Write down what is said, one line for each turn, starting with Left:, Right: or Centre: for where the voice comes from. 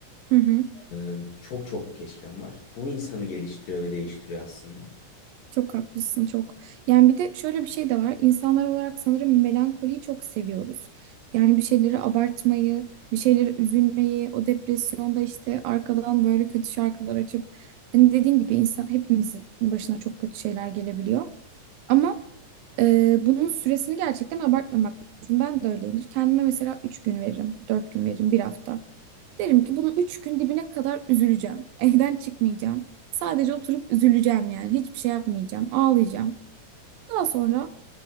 Right: Hı hı.
Left: Ee, çok çok keşkem var. Bu insanı geliştiriyor ve değiştiriyor aslında.
Right: Çok haklısın çok. Yani bir de şöyle bir şey de var. İnsanlar olarak sanırım melankoliyi çok seviyoruz. Yani bir şeyleri abartmayı, bir şeyleri üzülmeyi, o depresyonda işte arkadan böyle kötü şarkılar açıp hani dediğin gibi insan hepimizin başına çok kötü şeyler gelebiliyor. Ama e, bunun süresini gerçekten abartmamak lazım. Ben de öyleyimdir. Kendime mesela 3 gün veririm, 4 gün veririm, bir hafta. Derim ki bunu üç gün dibine kadar üzüleceğim. Evden çıkmayacağım. Sadece oturup üzüleceğim yani. Hiçbir şey yapmayacağım. Ağlayacağım. Daha sonra